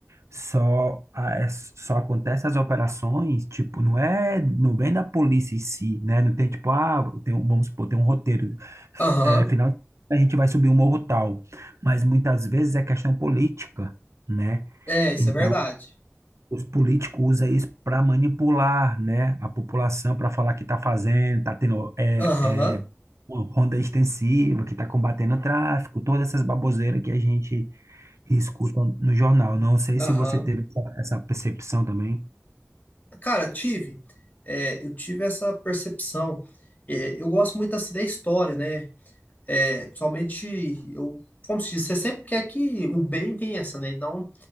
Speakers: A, on the right; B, on the left.
A: só, a- é- só acontece as operações, tipo, não é, não vem da polícia em si, né? Não tem tipo, ah, tem, um- vamos supor, tem um roteiro,
B: aham.
A: é, final a gente vai subir um morro tal, mas muitas vezes é questão política, né?
B: É, isso
A: Então,
B: é verdade.
A: os políticos usam isso para manipular, né, a população, para falar que está fazendo, está tendo é,
B: Aham,
A: é, uma ronda extensiva, que está combatendo o tráfico, todas essas baboseiras que a gente e escutam no jornal. Não sei
B: aham.
A: se você teve essa, essa percepção também.
B: Cara, tive, é, eu tive essa percepção. É, eu gosto muito assim da história, né? É, Principalmente, eu, como se diz, você sempre quer que o bem vença, né? Então,